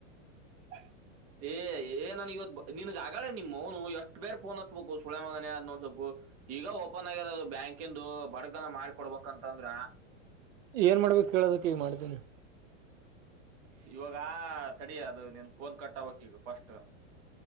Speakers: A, on the right; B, on the right.
A: ಹ
B: ಏ್ ಏ ನನನ್ ಇವ್ಿನನ್ಗ್ ಆಗಾಳೆ ನಿಮ್ ಅವನು ಎಷ್ಟ್ ಬೇರ್ ಫೋನ್ ಹಚ್ಬೇಕು ಸುಳೆ ಮಗನ ಅದೊಂದ್ ಸ್ವಲ್ಪ ಈಗ ಓಪನ್ ಆಗ್ಯಾರ ಅದು ಬ್ಯಾಂಕಿಂದು ಬಡಗನ ಮಾಡಿಕ ಕೊಡ್ಬೇಕಂತಂದ್ರ
A: ಏನ್ ಮಾಡ್ಬೇಕು ಕೇಳೋದಕ್ಕೆ ಮಾಡ್ತೀನಿ
B: ಇವಾಗ ತಡ ಅದು ನಿನ್ ಫೋನ್ ಕಟ್ಬಕ್ ಈಗ ಫಸ್ಟ್